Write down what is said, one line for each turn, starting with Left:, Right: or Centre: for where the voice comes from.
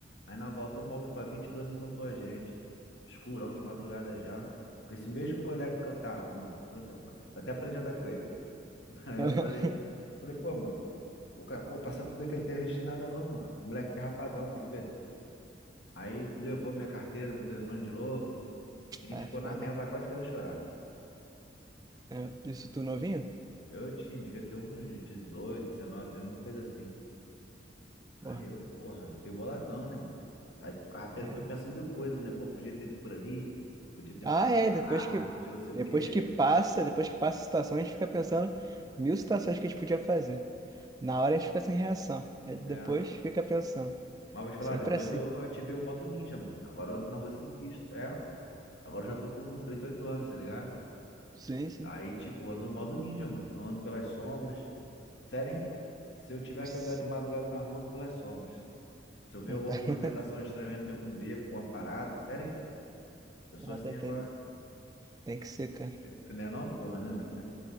Left: Aí na volta o maluco com a 22 assaltou a gente. Escurão de madrugada já. Com esse mesmo colega que eu tava, mano. Puta, pá. Eu até aprendi a andar com ele. <laughs> Aí
Right: <laughs>
Left: eu falei, falei, pô, mano. O cara, pô, passa tudo defeito aí, a gente tem nada não, mano. O moleque é rapadão, tem que ver. Aí levou minha carteira, meu telefone de novo. E a gente
Right: Ah,
Left: ficou
Right: é foda.
Left: na merda lá, quase querendo chorar.
Right: É, isso tu novinho?
Left: Eu tinha, devia ter uns 18 19 anos, uma coisa assim.
Right: Porra.
Left: Aí eu, porra, fiquei boladão, né, mano? Aí tu, ficava pe-
Right: É.
Left: tu pensa mil coisas, né? Pô, podia ter ido por ali, podia ter
Right: Ah,
Left: tomado
Right: é.
Left: a
Right: Depois
Left: arma,
Right: que,
Left: podia não sei
Right: depois
Left: o quê.
Right: que passa, depois que passa a situação, a gente fica pensando mil situações que a gente podia fazer. Na hora a gente fica sem reação. Aí depois
Left: É, é, pô.
Right: fica pensando.
Left: Mas vou te falar,
Right: Sempre
Left: depois
Right: assim.
Left: eu ativei o modo ninja, mano. Agora eu ando na rua sinistro. É, pô. Agora eu já tô com 38 anos, tá ligado?
Right: Sim, sim.
Left: Aí, tipo, eu ando no modo ninja, mano. Eu ando pelas sombras. Sério, hein? Se eu tiver
Right: Isso.
Left: que andar de madrugada na rua, eu ando pelas sombras. Se eu ver
Right: Não
Left: alguma
Right: tá. <laughs>
Left: movimentação estranha, eu entro em algum beco, alguma parada. Sério, hein? Eu sou
Right: Não,
Left: assim
Right: tá-
Left: agora.
Right: tá- Tem que ser, cara.
Left: Tu não é não, pô? <laughs>